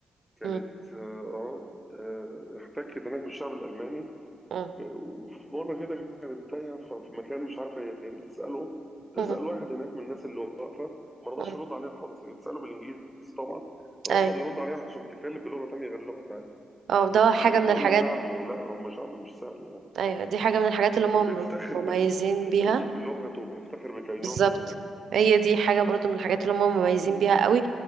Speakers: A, in the centre; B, on the right (about 70°).
A: كانت
B: مم،
A: اه آه، آه، احتكت هناك بالشعب الالماني
B: مم،
A: وفي مره كده كانت تايهه ف- في مكان مش عارفه هي فين بتساله تسال
B: مم،
A: واحد هناك من الناس اللي واقفه ما رضاش
B: مم.
A: يرد عليها خالص هي بتساله بالانجليزي طبعا رفض
B: أي
A: يرد عليها عشان بتتكلم بلغه تانيه غير اللغه بتاعتها
B: اه ده حاجة
A: آه،
B: من
A: فهم
B: الحاجات
A: شعب لا هم شعب مش سهل يعني
B: أيوة دي حاجة من الحاجات اللي هم
A: وبيفتخر
B: م- مميزين
A: بال... بال-
B: بيها
A: بلغته وبيفتخر بكينونته
B: بالظبط
A: يعني
B: هي دي حاجة برضو من الحاجات اللي هم مميزين
A: آه،
B: بيها قوي